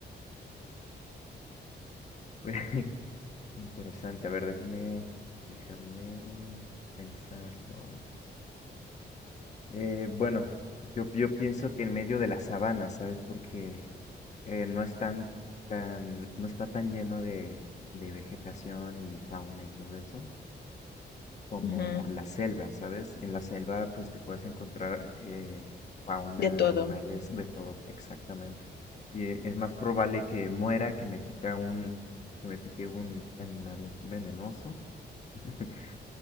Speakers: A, on the left (about 40°); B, on the left (about 60°).
A: pues, interesante, a ver, déjame, déjame pensarlo. Eh, bueno, yo, yo pienso que en medio de la sabana, ¿sabes? Porque eh, no es tan, tan, no está tan lleno de, de vegetación y fauna y todo eso como
B: Ujú,
A: la selva, ¿sabes? En la selva pues te puedes encontrar eh, fauna,
B: De todo.
A: animales, de todo, exactamente. Y eh, es más probable que muera que me pica un, que me pique un animal venenoso <laughs> sí,